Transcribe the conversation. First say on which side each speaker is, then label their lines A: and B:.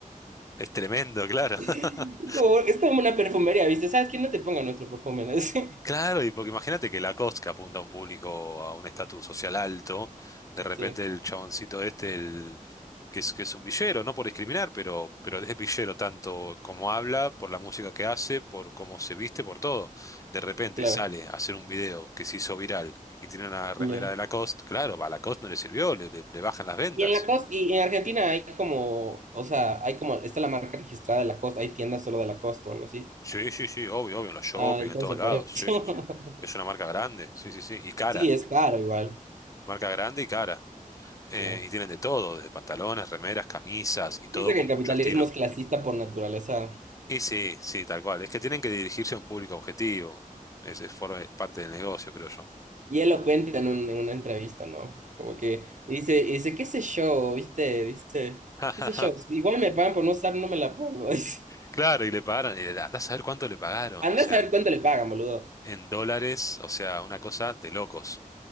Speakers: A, on the left; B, on the right.
A: Es tremendo, claro.
B: Es
A: <laughs>
B: como, es como una perfumería, ¿viste? ¿Sabes quién no te ponga nuestro perfume? ¿no? <laughs> Sí,
A: Claro, y porque imagínate que Lacoste que apunta a un público, a un estatus social alto, de repente
B: sí,
A: el chaboncito este, el, que es, que es un villero, no por discriminar, pero, pero es villero tanto como habla, por la música que hace, por cómo se viste, por todo. De repente
B: claro.
A: sale a hacer un video que se hizo viral y tiene una remera
B: Ya.
A: de Lacoste, claro, a Lacoste no le sirvió, le, le- le bajan las ventas.
B: Y en Lacoste, y en Argentina hay como, o sea, hay como, está la marca registrada de Lacoste, hay tiendas solo de Lacoste o algo así.
A: Sí, sí, sí, obvio, obvio, en los shopping,
B: Ah, entonces
A: en todos lados.
B: por eso. <laughs>
A: Sí, sí, sí. Es una marca grande, sí, sí, sí. Y cara,
B: Sí, es caro igual,
A: marca grande y cara. Eh,
B: claro.
A: y tienen de todo, desde pantalones, remeras, camisas y todo
B: Dice que
A: con
B: el capitalismo
A: mucho estilo.
B: es clasista por naturaleza.
A: Y sí, sí, tal cual. Es que tienen que dirigirse a un público objetivo. Ese es, forma- es parte del negocio, creo yo.
B: Y él lo cuenta en, un- en una entrevista, ¿no? Como que y dice, y dice, qué sé yo, ¿viste? Dice,
A: <laughs>
B: qué sé yo, si igual me pagan por no usar, no me la pongo. <laughs> Dice,
A: Claro, y le pagaron, y andá a saber cuánto le pagaron,
B: anda
A: o sea,
B: a saber cuánto le pagan, boludo.
A: en dólares, o sea, una cosa de locos.